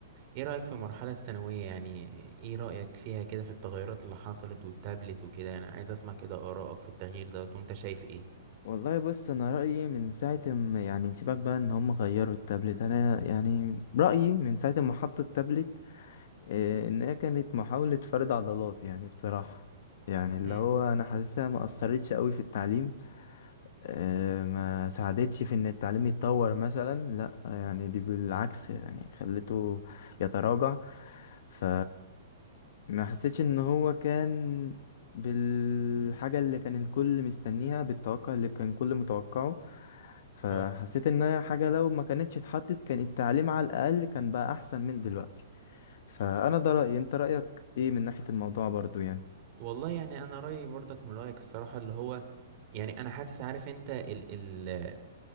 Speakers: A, on the right (about 40°); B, on the left (about 55°).
A: ايه رأيك في المرحلة الثانوية يعني ايه رأيك فيها كده في التغيرات اللي حصلت والتابلت وكده انا عايز اسمع كده آرائك في التغيير ده وانت شايف ايه
B: والله بص انا رايي من ساعه ما يعني سيبك بقى ان هم غيروا التابلت انا يعني رايي من ساعه ما حطوا التابلت آه، ان هي كانت محاوله فرد عضلات يعني بصراحه يعني اللي
A: امم
B: هو انا حاسسها ما اثرتش قوي في التعليم آه، ما ساعدتش في ان التعليم يتطور مثلا لا يعني دي بالعكس يعني خلته يتراجع ف ما حسيتش ان هو كان بالحاجة
A: امم
B: اللي كان الكل مستنيها بالتوقع اللي كان الكل متوقعه فحسيت
A: اه
B: ان هي حاجة لو ما كانتش اتحطت كان التعليم على الاقل كان بقى احسن من دلوقتي فانا ده رأيي انت رأيك ايه من ناحية الموضوع برضو يعني
A: والله يعني انا رأيي برضك من رأيك الصراحة اللي هو يعني انا حاسس عارف انت ال ال